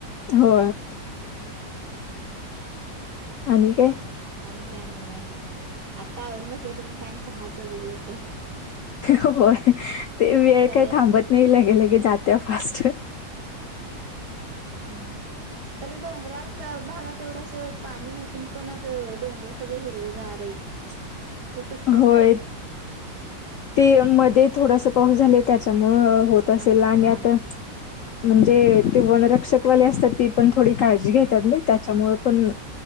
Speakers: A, on the left; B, on the right.
A: हो आणि काय?
B: आणि काय नाही बा आता आवरुन बसले तर पण त्यांच्या हाच वेगळे होते.
A: होय ते वेळ
B: करायच
A: काही थांबत
B: की
A: नाही लगेलगे? जात्या फास्ट
B: अ. खरे डोंगराळ भागात एवढं अस पाणी नसून, पण असं डोंगर सगळं हिरवं गार आहेत.
A: <unintelligible>
B: ते कस काय
A: होय
B: काय
A: ते मध्ये थोडासा पाऊस झाला त्याच्यामुळ. होत असेल
B: असं
A: आणि
B: हा
A: आता म्हणजे ते <unintelligible> रक्षकवाले असतात ती पण थोडी काळजी घेतात नाही त्याच्यामुळे पण